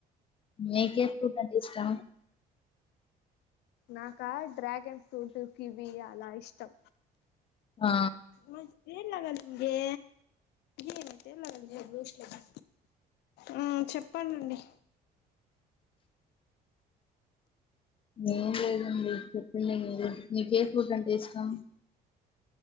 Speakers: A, on the left; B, on the left.
A: మీకే ఫ్రూట్ అంటే ఇష్టం
B: నాకా డ్రాగేన్ ఫ్రూటు కివి అలా ఇష్టం
A: ఆ
B: మల్లి దేనిలాగా అలిగిందే ఏమే దేనిలాగా అలిగే రోస్ట్ లేదు ఆ చెప్పండి అండి
A: ఏం లేదండి చెప్పండి మీరే నీకే ఫ్రూట్ అంటే ఇష్టం